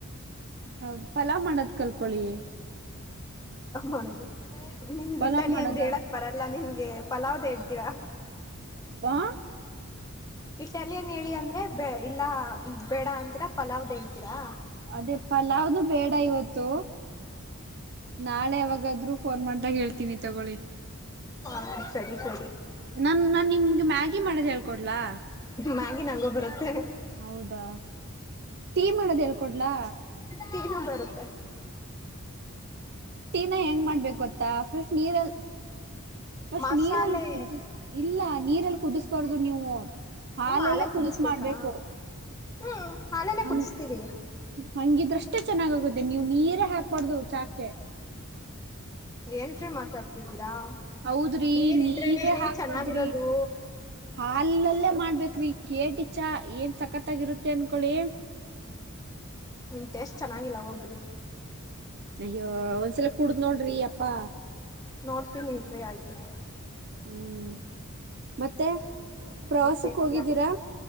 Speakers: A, on the right; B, on the left.
A: ಹೌದು ಪಲಾವ್ ಮಾಡದ್ ಕಲ್ಕಳಿ.
B: ಮಾಡದು ನಿಮಗಿಟ್ಟಲ್ಲಿ
A: ಪಲಾವ್ ಮಾಡದ
B: ಅಂದ ಹೇಳಕ್ ಬರಲ್ಲ ನಿಮ್ಗೆ ಪಲಾವ್್ದ ಹೇಳ್ತೀರಾ.
A: ಆ.
B: ಇಟಾಲಿಯನ್ ಹೇಳಿ ಅಂದ್ರೆ ಬ ಇಲ್ಲಾ ಈಗ್ ಬೇಡ ಅಂತೀರಾ ಪಲಾವ್್ದ ಹೇಳ್ತೀರಾ.
A: ಅದೇ ಪಲಾವದು ಬೇಡ ಇವತ್ತು ನಾಳೆ ಯಾಗಾದ್ೂ ಫೋನ್ ಮಾಡ್ದಾಗ ಹೇಳ್ತೀಿ. ತಿನ್ನಿ ತಗೊೊಳ್ಳಿ.
B: ಹಾ ಸರಿ ಸರಿ.
A: ನಾನ್ ನಾನ್ ನಿಮ್ಗೆ ಮ್ಯಾಗಿ ಮಾಡೋದ್ ಹೇಳ್ಕೊಡ್ಲಾ?
B: ಮ್ಯಾಗಿ ನಂಗೊ ಬರುತ್ತೆ.
A: ಹೌದಾ ಟೀ ಮಾಡೋದ್ ಹೇಳ್ಕೊಡ್ಲಾ
B: ಟೀನು ನಂಗೆ
A: ಟೀನ ಹೆಂಗ್ ಮಾಡ್ಬೇಕ ಗೊತ್ತಾ ಫಸ್ಟ್ ನೀರಲ್ಲಿ ಫಸ್ಟ್
B: ಮಸಾಲೆ
A: ನೀರಲ್ಲಿ ಕುದ ಇಲ್ಲ ನೀರಲ್ಲಿ ಕುದಿಸಬಾರ್ದು ನೀವು ಹಾಲೆಲ್ಲ
B: ಹ್ಮ ಹಾಲಲ್ಲಿ
A: ಕುದಿಸ
B: ಕುದಿಸ್ಬೇಕಾ
A: ಮಾಡ್ಬೇಕು
B: ಹ್ಮ್ ಹಾಲಲ್ಲೇ
A: ಹಂಗ
B: ಕುದಿಸ್ತೀವಿ
A: ಹಂಗಿದ್ರಷ್ಟೇ ಚೆನ್ನಾಗಗುತ್ತೆ ನೀವು್ ನೀರೇ ಹಾಕ್ಬಾರ್ದು ಚಾಕೆ
B: ೇನ್್ರೀ ಮಾತಾಡ್ತಿದ್ದೀರಾ
A: ಹೌದ್ರಿ
B: ನೀರ್
A: ನೀರೇ
B: ಇದ್ರನೆೇ ರೀ
A: ಹಾಕ್ಬಾರ್ದ್ರಿ
B: ಚೆನ್ನಾಗಿರೋದು
A: ಹಾಲಲ್ಲೇ ಮಾಡ್ಬೇಕ್ರಿ ಕೇಟಿ ಚಾ ಏನ್ ಸಕತ್ತಾಗಿರುತ್ತೆ ಅನ್ಕೊಳಿ
B: ನಿಮ್ ಟೇಸ್ಟ್ ಚೆನ್ನಾಗಿಲ್ಲ ಹೋಗಿ
A: ಅಯ್ಯೋ ಒಂದ್ಸಲ ಕುಡ್ದ್ ನೋಡ್ರಿ ಅಪ್ಪಾ
B: ನೋಡ್ತೀನಿ ಇರಿ ಆಯ್ತು
A: ಹ್ಮ್ ಮತ್ತೆ ಪ್ರವಾಸಕ್
B: ಮತ್ತೆಲ್ಲ
A: ಹೋಗಿದ್ದೀರಾ